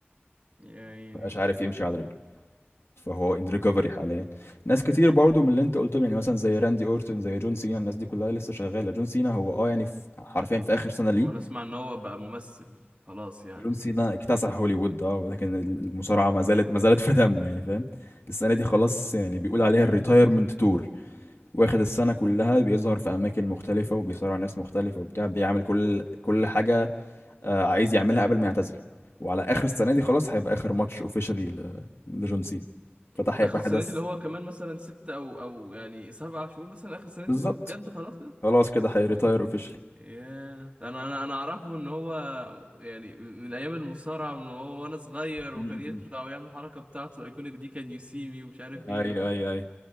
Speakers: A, on the right; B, on the left.
A: يعني
B: مبقاش عارف يمشي على رجله فهو ان ريكفري حاليا ناس كتير برضو من اللي انت قلتهم يعني مثلا زي راندي اورتون زي جون سينا الناس دي كلها لسه شغاله جون سينا هو اه يعني في حرفيا في اخر سنه ليه
A: هو انا اسمع ان هو بقى ممثل خلاص يعني
B: جون سينا
A: ما
B: اكتسح هوليوود اه ولكن المصارعه ما زالت ما زالت في دمه يعني فاهم السنه دي خلاص يعني بيقول عليها الريتايرمنت تور واخد السنه كلها بيظهر في اماكن مختلفه وبيصارع ناس مختلفه وبتاع بيعمل كل كل حاجه آه، عايز يعملها قبل ما يعتزل وعلى اخر السنه دي خلاص هيبقى اخر ماتش اوفيشالي لجون سينا فده
A: اخر
B: هيبقى
A: السنه
B: حدث
A: دي اللي هو كمان مثلا ستة او او يعني سبعة شهور مثلا اخر السنه
B: بالظبط
A: دي بجد خلاص كده
B: خلاص كده هيريتاير اوفيشلي
A: ياه انا انا انا اعرفه ان هو يعني من ايام المصارعه من هو وانا صغير
B: م-
A: وكان
B: م-
A: يطلع
B: م.
A: ويعمل الحركه بتاعته الايكونيك دي كان يو سي مي ومش عارف
B: ايوه
A: ايه
B: ايوه ايوه